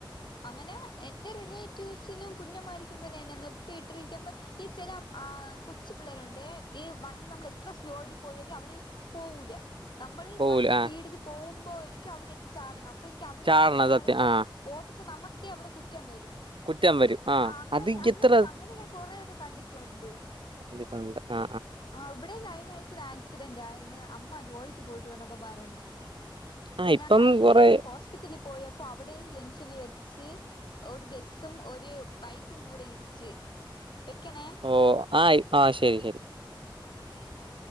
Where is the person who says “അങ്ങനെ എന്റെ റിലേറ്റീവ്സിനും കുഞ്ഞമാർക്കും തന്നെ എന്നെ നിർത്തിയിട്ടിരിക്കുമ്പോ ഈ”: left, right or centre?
Left